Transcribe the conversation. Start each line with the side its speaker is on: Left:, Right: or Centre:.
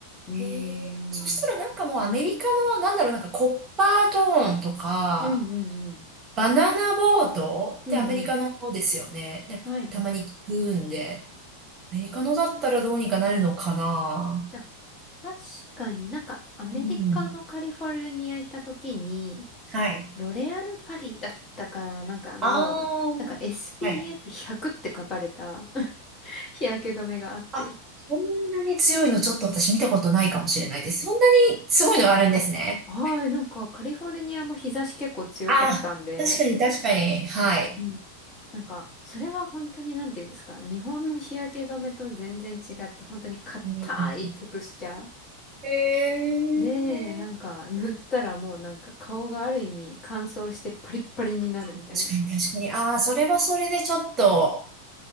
Left: うーん。
Right: へえ。そしたらなんかもうアメリカの、なんだろう、なんかコッパートーンとか、
Left: うんうんうん。
Right: バナナボートってアメリカの方ですよね。
Left: うんうん。
Right: なんかたまに聞くんで、
Left: はい。
Right: アメリカのだったらどうにかなるのかな。
Left: あ、確かになんかアメリカのカリフォルニア行った時に、
Right: うん。はい。
Left: ロレアルパリだったかなんかの、
Right: ああ、
Left: なんか SPF100
Right: はい。
Left: って書かれた <laughs> 日焼け止めがあって。
Right: あ、そんなに強いのちょっと私見たことないかもしれないです。
Left: あ、
Right: そんなにすごいのがあるんですね。
Left: はい、なんかカリフォルニアも日差し結構強かったんで、
Right: ああ、確かに確かに。はい。
Left: うんなんか、それは本当になんて言うんですか、日本の日焼け止めと全然違って、本当に硬いテクスチャー。
Right: うんへえ。
Left: で、なんか <laughs> 塗ったらもうなんか顔がある意味乾燥してパリッパリになるみたいな。
Right: 確かに確かに。ああ、それはそれでちょっと